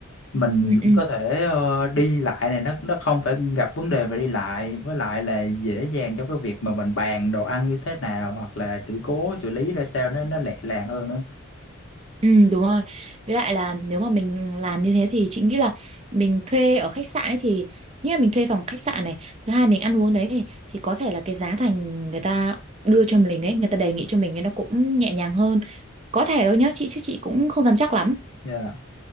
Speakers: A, on the left (about 65°); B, on the right (about 30°).
A: mình
B: ừ ừ
A: có thể ờ, đi lại này nó nó không phải gặp vấn đề về đi lại với lại là dễ dàng cho cái việc mà mình bàn đồ ăn như thế nào hoặc là sự cố xử lý ra sao nó nó lẹ làng hơn nữa
B: Ừ đúng rồi Với lại là nếu mà mình làm như thế thì chị nghĩ là Mình thuê ở khách sạn ấy thì Nghĩa là mình thuê phòng khách sạn này Thứ hai mình ăn uống đấy thì, thì có thể là cái giá thành người ta đưa cho mình ấy Người ta đề nghị cho mình ấy nó cũng nhẹ nhàng hơn Có thể đâu nhá chị chứ chị cũng không dám chắc lắm
A: Dạ.